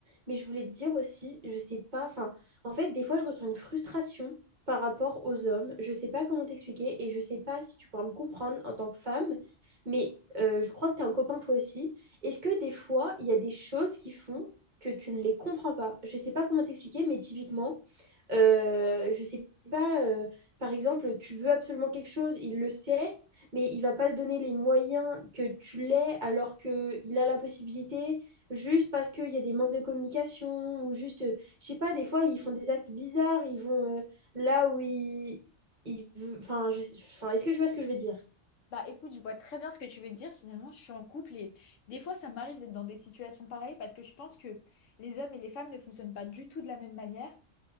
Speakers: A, on the right (about 40°); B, on the left (about 80°).
A: Mais je voulais te dire aussi, je sais pas, enfin, en fait, des fois, je ressens une frustration par rapport aux hommes. Je sais pas comment t'expliquer et je sais pas si tu pourras me comprendre en tant que femme, mais euh, je crois que tu as un copain toi aussi. Est-ce que des fois, il y a des choses qui font que tu ne les comprends pas? Je sais pas comment t'expliquer, mais typiquement, euh, je sais pas, euh, par exemple, tu veux absolument quelque chose, il le sait, mais il va pas se donner les moyens que tu l'aies alors qu'il a la possibilité, juste parce qu'il y a des manques de communication, ou juste, euh, je sais pas, des fois, ils font des actes bizarres, ils vont euh, là où ils... ils ve- Enfin, je sais- enfin, est-ce que tu vois ce que je veux dire?
B: Bah écoute, je vois très bien ce que tu veux dire. Finalement, je suis en couple et des fois, ça m'arrive d'être dans des situations pareilles parce que je pense que les hommes et les femmes ne fonctionnent pas du tout de la même manière.